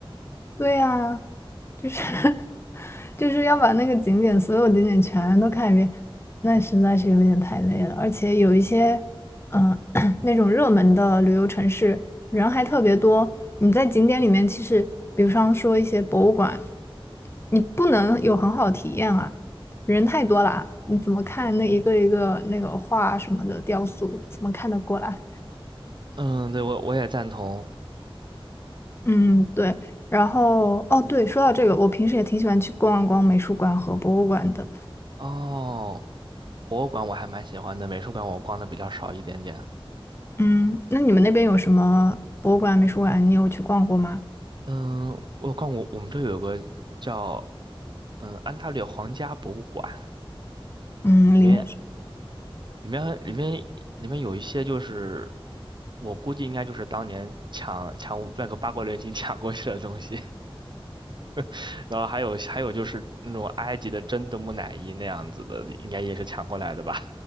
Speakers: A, on the left (about 25°); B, on the right (about 50°).
A: 对呀。就是 <laughs> 就是要把那个景点所有景点全都看一遍，那实在是有点太累了。而且有一些，嗯、<coughs> <clears throat> 那种热门的旅游城市人还特别多。你在景点里面，其实比方说一些博物馆，你不能有很好的体验啊，人太多了啊你怎么看那一个一个那个画什么的雕塑，怎么看得过来？
B: <laughs> 嗯，对，我我也赞同。
A: 嗯，对。然后，哦，对，说到这个，我平时也挺喜欢去逛一逛美术馆和博物馆的。
B: 哦，博物馆我还蛮喜欢的，美术馆我逛的比较少一点点。
A: 嗯，那你们那边有什么博物馆、美术馆？你有去逛过吗？
B: 嗯，我逛过，我们这有个叫嗯安大略皇家博物馆，
A: 嗯，
B: 里面
A: 里面
B: 里面里面里面有一些就是我估计应该就是当年抢抢那个八国联军抢过去的东西，<laughs> 然后还有还有就是那种埃及的真的木乃伊那样子的，应该也是抢过来的吧？